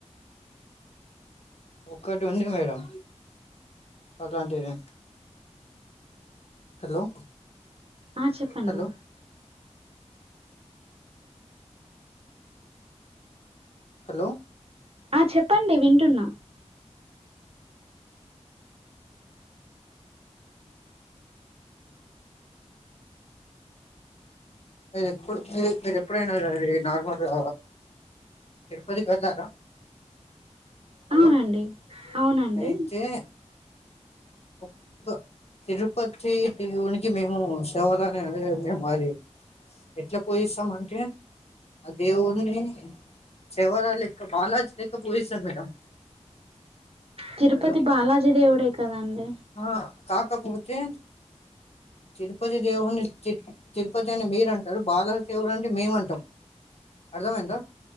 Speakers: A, on the left; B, on the right.
A: ఒక్కటి ఉంది మేడం అలాంటిది హలో
B: ఆ చెప్పండి
A: హలో హలో
B: ఆ చెప్పండి వింటున్నా
A: అ ఎప్పుడు మీ మీరు ఎప్పుడైనా అ నార్మల్గా తిరుపతికి వెళ్ళారా హలో
B: అవునండి అవునండి
A: అయితే ఒక్క తిరుపతి దేవునికి మేము శివరాని మేము మది ఎట్లా పూజిస్తాం అంటే ఆ దేవుని శవరా లెక్క బాలాజీ లెక్క పూజిస్తాం మేడం
B: తిరుపతి
A: హలో
B: బాలాజీ దేవుడే కదండి
A: ఆ కాకపోతే తిరుపతి దేవుని తిరు తిరుపతి అని మీరు అంటారు బాలాజీ దేవుడు అంటే మేం అంటాం అర్థమయ్యిందా